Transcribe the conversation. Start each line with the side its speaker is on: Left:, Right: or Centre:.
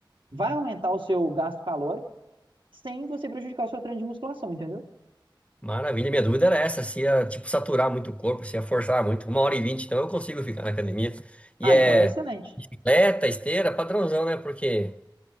Right: vai aumentar o seu gasto calórico sem você prejudicar o seu treino de musculação, entendeu?
Left: Maravilha. Minha dúvida era essa, se ia, tipo, saturar muito o corpo, se ia forçar muito. Uma hora e vinte, então eu consigo ficar na academia. E
Right: Ah,
Left: é
Right: então é excelente.
Left: bicicleta, esteira, padrãozão, né? Porque...